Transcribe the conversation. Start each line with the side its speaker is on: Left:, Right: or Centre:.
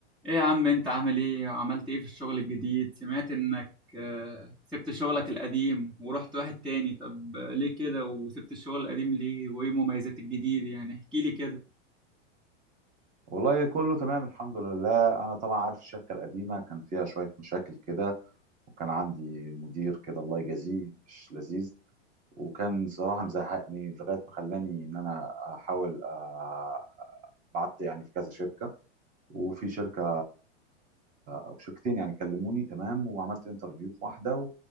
Centre: ايه يا عم انت عامل ايه وعملت ايه في الشغل الجديد سمعت انك آه، سبت شغلك القديم ورحت واحد تاني طب آه، ليه كده وسبت الشغل القديم ليه وايه مميزات الجديد يعني احكي لي كده
Right: والله كله تمام الحمد لله انا طبعا عارف الشركه القديمه كان فيها شويه مشاكل كده وكان عندي مدير كده الله يجازيه مش لذيذ وكان صراحه مزهقني لغايه ما خلاني ان انا احاول آه، بعت يعني في كذا شركه وفي شركه او شركتين يعني كلموني تمام وعملت انترفيو في واحده و-